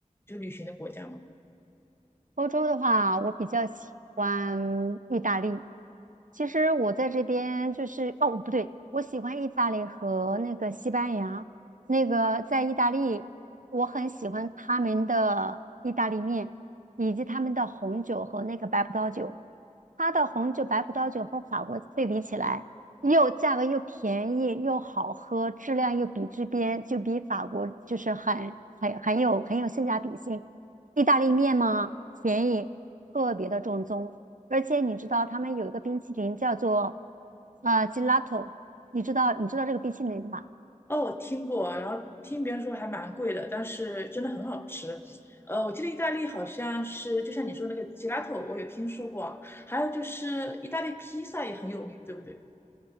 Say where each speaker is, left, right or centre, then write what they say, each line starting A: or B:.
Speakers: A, on the left (about 15°); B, on the right (about 75°).
A: 就旅行的国家吗？
B: 欧洲的话，我比较喜欢意大利。其实我在这边就是，哦，不对，我喜欢意大利和那个西班牙。那个在意大利，我很喜欢他们的意大利面，以及他们的红酒和那个白葡萄酒。它的红酒、白葡萄酒和法国对比起来，又价格又便宜又好喝，质量又比这边就比法国就是很很很有很有性价比性。意大利面嘛，便宜，特别的正宗。而且你知道他们有一个冰淇淋叫做呃 gelato，你知道你知道这个冰淇淋吧？
A: 哦，我听过，然后听别人说还蛮贵的，但是真的很好吃。呃，我记得意大利好像是，就像你说那个吉拉头，我有听说过啊还有就是意大利披萨也很有名，对不对？